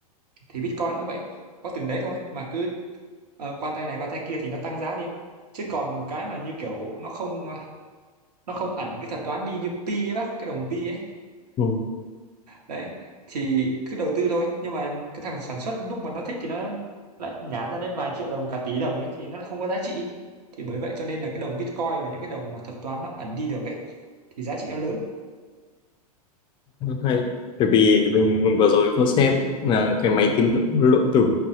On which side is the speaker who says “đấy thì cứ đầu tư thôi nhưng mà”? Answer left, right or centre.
Right